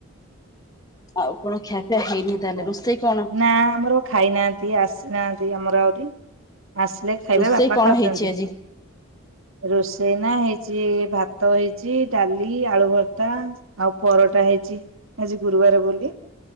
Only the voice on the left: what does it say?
ଆଉ କଣ ଖିଆପିଆ ହେଇନି
ତାହେଲେ
ରୋଷେଇ
କଣ
ରୋଷେଇ
କଣ
ହେଇଛି ଆଜି?